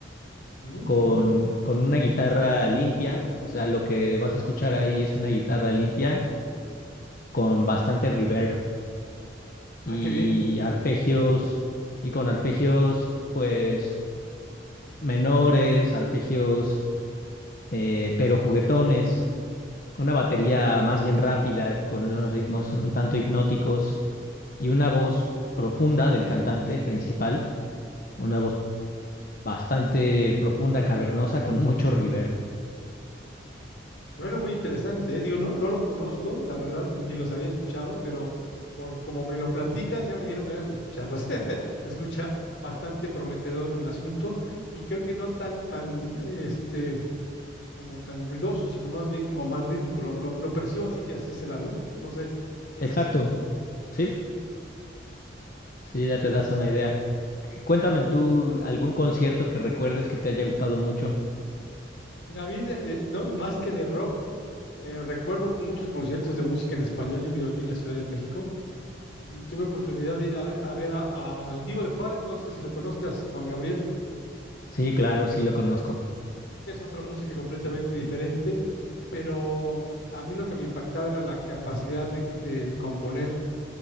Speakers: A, on the left (about 70°); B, on the left (about 50°).
A: Ujú,
B: con,
A: ujú.
B: con una guitarra limpia. O sea, lo que vas a escuchar ahí es una guitarra limpia con bastante reverb
A: Ah,
B: y
A: qué bien.
B: arpegios, y con arpegios, pues, menores, arpegios, eh, pero juguetones. Una batería más bien rápida, con unos ritmos un tanto hipnóticos y una voz profunda del cantante principal Una voz bastante profunda, cavernosa, con mucho reverb.
A: Suena muy interesante, ¿eh? Digo, no, no los conozco, la verdad, ni los había escuchado, pero por como me lo platicas, ya me dieron ganas de escucharlos. <laughs> Se escucha bastante prometedor el asunto y creo que no tan, tan, este, como tan ruidoso, sino más bien como más rítmico. Lo, lo, lo percibo así que así será, ¿no? No sé si
B: Exacto,
A: es así.
B: sí, sí,
A: Perfecto.
B: ya te das una idea. Cu- Cuéntame tú algún concierto que recuerdes que te haya gustado mucho.
A: Mira, a mí, de- de- no, más que de rock, eh, recuerdo muchos conciertos de música en español. Yo vivo aquí en la Ciudad de México y tuve oportunidad de ir a, a ver a- a- al Divo de Juárez, no sé si lo conozcas, Juan Gabriel,
B: Sí, claro, sí lo conozco.
A: es otra música completamente diferente, pero a mí lo que me impactaba era la capacidad de, de componer